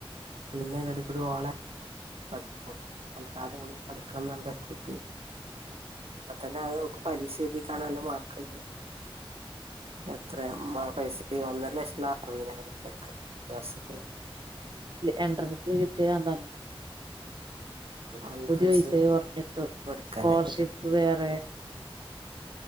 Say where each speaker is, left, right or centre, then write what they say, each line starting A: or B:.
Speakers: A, on the right; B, on the right.
A: പിന്നെ അതി അടുക്കൂടി ഓള പഠിപ്പ കൊക്ക അതുക പഠിക്കന്നത കുട്ടി അ തന്നെ ആ നക്ക് പരീക്ഷ എഴുതിക്ക കാണാനല്ല മാർക്ക്ണ്ട് എത്ര പൈസ ഒന്നര ലക്ഷമുള്ള അറുപതിനായിരം രൂപ ഒക്കെ വർഷത്തിന്
B: എൻട്രസ് ല കട്ട ന്ന
A: ആൻട്രൻസ്
B: പൈസ കുറഞ്ഞിട്ടും
A: എടുക്കാന
B: സ്കോളർഷിപ്പ് വേറെ